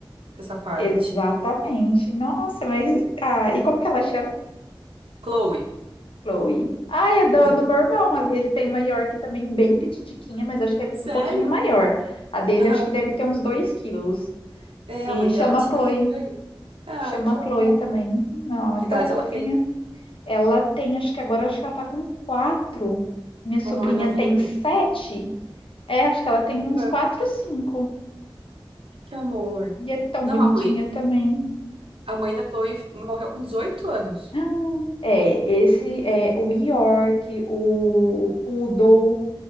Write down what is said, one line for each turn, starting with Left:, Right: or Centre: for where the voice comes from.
Right: Essa parte.
Left: exatamente. Nossa, mas. Ah, e como que ela chama?
Right: Chloe.
Left: Chloe. Ah, é do,
Right: <laughs>
Left: do meu irmão. Ele tem uma York também bem petitiquinha, mas acho que é
Right: Sério?
Left: um pouquinho maior. A dele
Right: Aham.
Left: acho que deve ter uns 2 quilos.
Right: É,
Left: E
Right: a mãe
Left: chama
Right: dela tinha
Left: Chloe.
Right: por aí. Ai,
Left: Chama
Right: que amor.
Left: Chloe também. Não,
Right: Que
Left: é tão
Right: idade
Left: fofinha.
Right: ela tem?
Left: Ela tem, acho que agora acho que ela tá com quatro. Minha sobrinha
Right: Ai, novinha.
Left: tem sete. É, acho que ela tem uns
Right: Aham.
Left: quatro, cinco.
Right: Que amor.
Left: E é tão
Right: Não,
Left: bonitinha
Right: a mãe,
Left: também.
Right: a mãe da Chloe morreu com 18 anos.
Left: Ah, É, esse é o York, o Poodle.